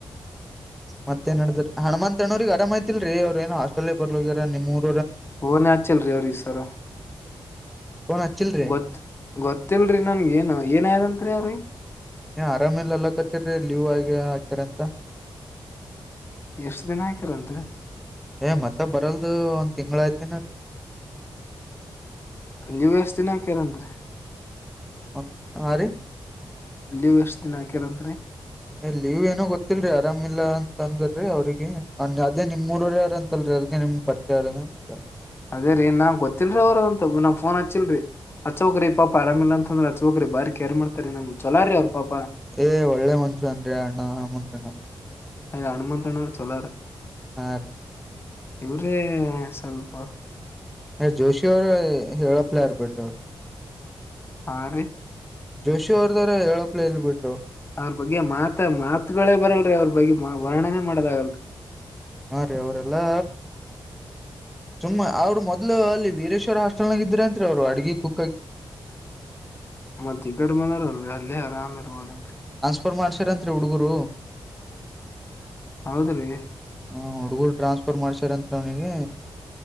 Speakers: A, in the centre; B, on the left.
A: ಮತ್ತೇ ನ್ ನಡ್ರೀ ಹಣಮಂತಣ್ಣರಗೆ ಆರಾಮ್ ಆಯ್ತಿಲ್ರಿ ಅವ್ರ ಏನೋ ಹಾಸ್ಟೆಲ್ ಬರ್ಲೋಗರಾರ ನಿಮ್ಮ್ ಊರು
B: ಪೋನೆ ಹಚ್ಚಿಲ್ಲ ರೀ ಅವರಿಗ್ ಸರಾ
A: ಫೋನ್ ಹಚ್ಚಿಲ್ರಿ
B: ಗೊತ್ ಗೊತ್ತಲ್ರಿ ನನ್ಗ ಏನು ಏನ್ ಆಗತ್ ಅವ್ರಿಗೆ
A: ಏ ಆರಾಮ್ ಇಲ್ಲ ಅನ್ನಕತ್ತರೀ ಲೀವ್ ಆಗಿ ಹಾಕ್ಯಾರಂತೆ
B: ಎಷ್ಟ ದಿನ ಆಕ್ಯಾರಂತೆ
A: ಏ ಮತ್ತೆ ಬರಲ್ದು ಒಂದ್ ತಿಂಗಳಯ್ತನೆ ಅವರಿ
B: ಲೀವ್ ಎಷ್ಟ್ ದಿನ ಹಾಕ್ಯಾರಂತೆ ರೀ
A: ಒ ಆ ರೀ
B: ಲೀವ್ ಎಷ್ಟ್ ದಿನ ಹಾಕ್ಯರಂತ್ರೀ
A: ಏ ಲೀವ್ ಏನೋ ಗೊತ್ತಿಲ್ರರಿ ಆರಾಮಿಲ್ಲಾ ಅಂತ ಅಂದ್ರಿ ಅವ್ರಿಗೆ ಅದೇ ನಿಮ್ ಊರೊರ ಯಾರ್ ಅಂತಲ್ ರಲಿಗೆ ನಿಮ್ಮಗೆ ಪರಿಚಯ ಇದ್ದಾರೆನೋ ಕೇಳ್ದೆ
B: ಅದೇ ರೀ ನಾ ಗೊತ್ತಿಲ್ರರಿ ಅವ್ರದಂತ ನಾ ಪೋನ್ ಹಚ್ಚಿಲ್ರಿ ಹಚ್ಚೋಗ್ರಿ ಪಾಪ ಆರಾಮಿಲ್ಲ ಅಂದ್ರೆ ಹಚ್ಚೋಗ್ರಿ ಬಾರಿ ಕೇರ್ ಮಾಡುತ್ತಾರೆ ನಮ್ ಚೊಲಾರಿ ಅವ್ರ ಪಾಪ
A: ಏ ಒಳ್ಳೆ ಮನುಷ್ಯನ್ರಿ ಅಣ್ಣ <unintelligible>
B: ಅದೆ ಹನುಮಂತನರ್ ಚಲಾರ
A: ಆ ರೀ
B: ಇವ್ರೇ ಸ್ವಲ್ಪ
A: ಹೆ ಜೋಶಿ ಅವರು ಹೇಳಪ್ಲ ಇರಬೇಕ್ ಅವರು
B: ಹಾ ರೀ
A: ಜೋಶಿ ಅವ್ರದಾರೆ ಹೇರೋ ಪ್ಲೇ ಏಲ್ ಬಿಟ್ರು
B: ಅವ್ರ ಬಗ್ಗೆ ಮಾತ್ ಮಾತುಗಳೇ ಬರಲ್ರಿ ಅವ್ರ ಬಗ್ಗೆ ವರ್ಣನೆ ಮಾಡೋದಾಗಲ್
A: ಹಾ ರೀ ಅವ್ರಲ್ಲೆ ಸುಮ್ಮ ಅವರು ಮೊದ್ಲು ಅಲ್ಲಿ ವೀರೇಶ್ವರ್ ಹಾಸ್ಟೆಲ್ ನಗ ಇದ್ರಂತ್ ಅವ್ರು ಅಡಿಗೆ ಕುಕ್ಕಾಗಿ ಹ
B: ಮತ್ತ ಈ ಕಡ್ ಬಂದಾರಲ್ರಿ ಅಲ್ಲೆ ಆರಾಮ್ ಇರ್ಬೋದ್
A: ರ್ ಮಾಡ್ಸರಂತ್ ರೀ ಹುಡುಗರು
B: ಹೌದ್ರಿ
A: ಹ ಹುಡುಗರು ಟ್ರಾನ್ಸ್ ಫರ್ ಮಾಡ್ಸಾರಂತೆ ಅವನಿಗೆ